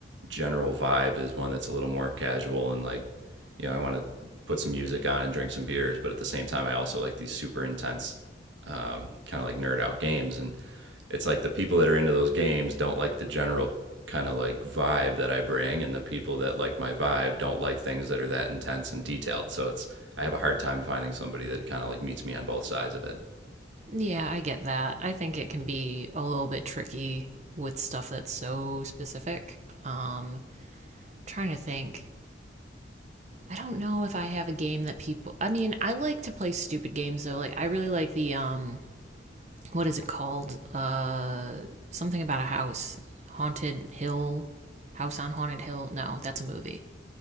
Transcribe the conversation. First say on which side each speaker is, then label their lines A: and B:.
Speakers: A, on the right; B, on the right.
A: general vibe is one that's a little more casual and like, you know, I want to put some music on and drink some beers, but at the same time, I also like these super intense, um, kind of like nerd out games. And it's like the people that are into those games don't like the general kind of like vibe that I bring, and the people that like my vibe don't like things that are that intense and detailed. So it's I have a hard time finding somebody that kind of like meets me on both sides of it.
B: Yeah, I get that. I think it can be a little bit tricky with stuff that's so specific. Um, trying to think. I don't know if I have a game that people. I mean, I like to play stupid games though. Like I really like the um, what is it called? Uh, something about a house, haunted hill, house on haunted hill. No, that's a movie